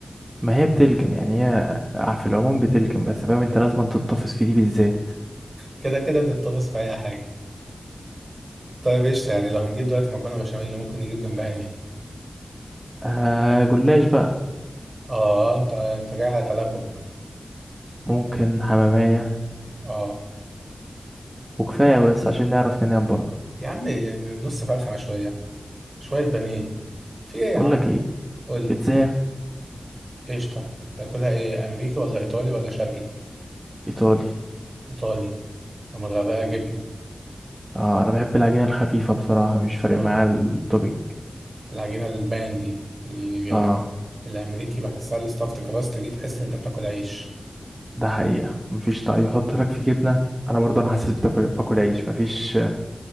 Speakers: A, on the right; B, on the right.
A: ما هي بتلكم يعني هي في العموم بتلكم بس فاهم انت لازم تتطفس في دي بالذات
B: كده كده بنتفق في اي حاجه طيب قشطه يعني لو هنجيب دلوقتي مكرونه بشاميل ممكن نجيب جنبها ايه
A: آه جلاش بقى
B: اه انت انت جاي على تلبك
A: ممكن حمامية
B: اه
A: وكفاية
B: عارف؟
A: بس عشان نعرف ننام برضه
B: يا عم نص فرخة شوية شوية بانيه في ايه يا
A: بقول
B: عم
A: لك ايه
B: قول لي
A: ازاي
B: قشطة تاكلها ايه امريكي ولا ايطالي ولا شرقي
A: ايطالي
B: ايطالي ومتغرقة جبنة
A: اه انا بحب العجينه الخفيفه بصراحه مش فارق
B: اه
A: معايا التوبينج
B: العجينة البان دي ال-
A: اه
B: الأم- الامريكي بحسها الستافت كراست دي تحس إن انت بتاكل عيش
A: ده حقيقه مفيش طعم يحط لك فيه جبنه انا برضو انا حاسس بتاكل باكل عيش مفيش